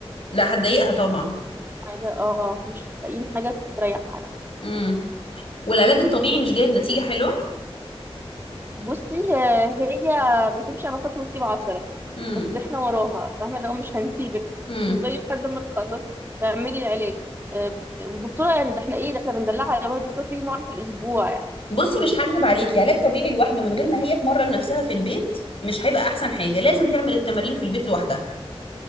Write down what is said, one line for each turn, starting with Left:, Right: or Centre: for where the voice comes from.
Left: لا هتضايقها طبعا
Right: حاجة اه مش لاقيين حاجة تريحها يعني
Left: امم والعلاج الطبيعي مش جايب نتيجه حلوه
Right: بصي آه، هي بتمشي على سطر وتسيب عشرة
Left: امم
Right: بس احنا وراها فاهمة اللي هو مش هنسيبك
Left: امم.
Right: <laughs> تفضلي لحد ما تخلص تعملي العلاج آه، والدكتورة يعني ده احنا ايه ده احنا بندلعها يا الدكتورة تيجي مرة في الأسبوع يعني
Left: بصي مش هكدب عليكي علاج طبيعي لوحده من غير ما هي تمرن نفسها في البيت مش هيبقى احسن حاجة لازم تعمل التمارين في البيت لوحدها